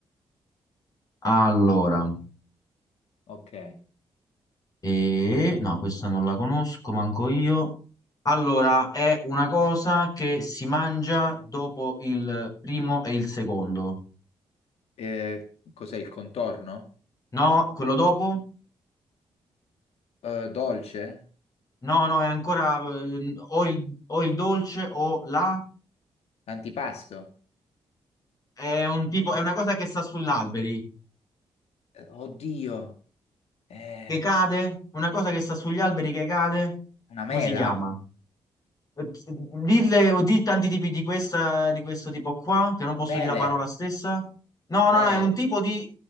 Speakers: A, on the left (about 35°); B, on the left (about 85°).
A: allora,
B: Ok.
A: e... no, questa non la conosco, manco io. Allora, è una cosa che si mangia dopo il primo e il secondo.
B: Eh, cos'è il contorno?
A: No, quello dopo?
B: Eh, dolce?
A: No, no, è ancora eh, o il, o il dolce o la.
B: Antipasto?
A: È un tipo, è una cosa che sta sugli alberi,
B: Eh, oddio. Eh,
A: che cade, una cosa che sta sugli alberi che cade.
B: una
A: Come
B: mela.
A: si chiama? Eh, Dille o di tanti tipi di questa, di questo tipo qua, che non posso
B: Mele.
A: dire la parola stessa. No,
B: Mele.
A: no, no, è un tipo di